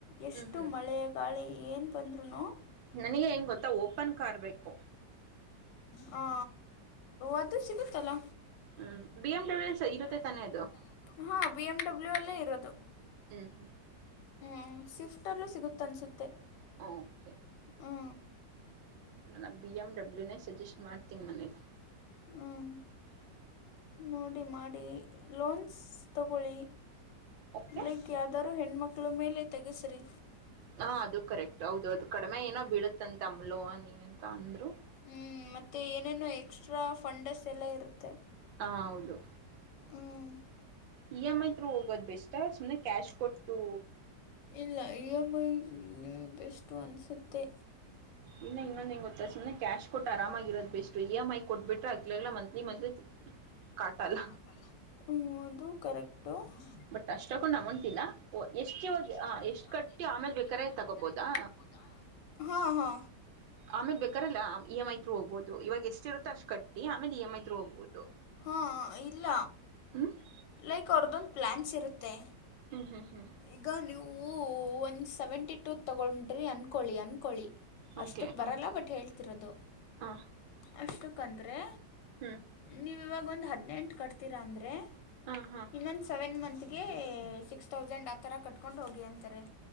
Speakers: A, on the left; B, on the right.
A: ಎಷ್ಟು
B: ಹ್ಮ್ ಹ್ಮ್
A: ಮಳೆ ಗಾಳಿ ಏನ ಬಂದ್ರೂನು.
B: ನನಗೆ ಹೆಂಗ್ ಗೊತ್ತಾ ಓಪನ್ ಕಾರ್ ಬೇಕು.
A: ಹ ಅದು ಸಿಗುತ್ತಲ್ಲ.
B: ಹ್ಮ್ ಬಿ ಎಂ ಡಬ್ಲ್ಯೂ ಇರುತ್ತೆ
A: <unintelligible>
B: ತಾನೇ ಅದು
A: ಹಾ ಬಿ ಎಮ್ ಡಬ್ಲ್ಯೂ ಅಲ್ಲೇ ಇರೋದು
B: ಹ್ಮ್ ಹ್ಮ್
A: ಹ ಸ್ವಿಫ್ಟಲ್ಲೂ ಸಿಗುತ್ತೆ ಅನಿಸುತ್ತೆ
B: ಹೊ ಓಕೆ
A: ಹ್ಞೂ
B: ನನ್ನ ಬಿ ಎಮ್ ಡಬ್ಲ್ಯೂನೇ ಸಜೆಸ್ಟ್ ಮಾಡತೀನಿ ಮನೆಲಿ
A: ಹ್ಮ್ ನೋಡಿ ಮಾಡಿ ಲೋನ್ಸ್ ತಗೊಳ್ಳಿ
B: ಓಕೆ
A: ಲೈಕ್ ಯಾವ್ದಾದಾರೂ ಹೆಣ್ಮಕ್ಳು ಮೇಲೆ ತೆಗೆಸ್ರಿ
B: ಹಾ ಅದು ಕರೆಕ್ಟ್ ಹೌದು ಅದು ಕಡಿಮೆ ಏನೋ ಬೀಳುತ್ತಂತೆ ಅಮ್ಲೋನ್ಏನಂತ ಅಂದ್ರು
A: ಹ್ಞ ಮತ್ತೆ ಏನೇನು ಎಕ್ಸ್ಟ್ರಾ ಫಂಡಸ್ ಎಲ್ಲ ಇರುತ್ತೆ
B: ಹ ಹೌದು
A: ಹ್ಞೂ
B: ಇ ಎಮ್ ಐ ತ್ರೂ ಹೋಗೋದು ಬೆಸ್ಟಾ ಸುಮ್ನೆ ಕ್ಯಾಶ್ ಕೊಟ್ಟು
A: ಇಲ್ಲ ಇ ಎಮ್ ಐ ನೀ <unintelligible> ಬೆಸ್ಟು ಅನ್ಸುತ್ತೆ
B: ಇನ್ನು ಇನ್ನೊಂದ ಏನ್ ಗೊತ್ತಾ ಸುಮ್ನೆ ಕ್ಯಾಶ್ ಕೊಟ್ಟ ಆರಾಮಾಗಿರದು ಬೆಸ್ಟು ಇ ಎಂ ಐ ಕೊಟ್ಬಿಟ್ರೆ ಆಗ್ಲಲ್ಲ ಮಂತ್ಲಿ ಮಂತ್ಲಿ ಕಾಟಲ್ಲ
A: <unintelligible> ಹ ಅದು ಕರೆಕ್ಟ <unintelligible> <unintelligible> <unintelligible>
B: ಬಟ್ ಅಷ್ಟಕ್ಕೊಂದು ಅಮೌಂಟ್ ಇಲ್ಲ ಓ ಎಷ್ಟು ಇವಾಗ
A: ಎಷ್ಟ ಇಗ
B: ಕಟ್ಟಿ
A: ಎಷ್ಟು ಕಟ್ತಿಯೋ ಆಮೇಲೆ
B: ತಗೋಬೋದಾ
A: ಬೇಕಾದ್ರೆ ತಗೋಬಹುದಾ. ಹಾ ಹಾ
B: ಆಮೇಲೆ ಬೇಕಾದ್ರೆ ಇ ಎಮ್ ಐ ತ್ರು ಹೋಗಬಹದು ಇವಾಗ ಎಷ್ಟ್ ಇರುತ್ತ ಅಷ್ಟ ಕಟ್ಟಿ ಆಮೇಲೆ E M I through ಹೋಗಬಹದು.
A: ಹಾ ಹಾ ಇಲ್ಲ
B: ಹು <unintelligible>
A: ಲೈಕ್ ಅವ್ರದ್ದೊಂದು ಪ್ಲ್ಯಾನ್ಸ್ ಇರುತ್ತೆ.
B: ಹ್ಮ್ ಹ್ಮ್ ಹ್ಮ್
A: ಈಗ ನೀವು ಒಂದು ಸೆವೆಂಟಿ ಟೂ ತಗೊಂಡ್ರಿ ಅಂದ್ಕೊಳ್ಳಿ ಅಂದ್ಕೊಳ್ಳಿ.
B: ಓಕೆ
A: ಅಷ್ಟಕ್
B: ಹಾಂ
A: ಬರಲ್ಲ ಬಟ್ ಹೇಳ್ತಿರೋದು
B: ಆ
A: ಅಷ್ಟಕ್ಕಂದ್ರೆ
B: ಹ್ಮ್
A: ನೀವು ಇವಾಗ ಒಂದು ಹದಿನೆಂಟು ಕಟ್ತೀರಾ ಅಂದರೆ
B: ಹಾ ಹಾ
A: ಇನ್ನೊಂದು ಸೆವೆನ್ ಮಂತಗೆ ಸಿಕ್ಸ್ ಥೌಸಂಡ್ ಆ ಥರ ಕಟ್ಕೊಂಡು ಹೋಗಿ ಅಂತಾರೆ.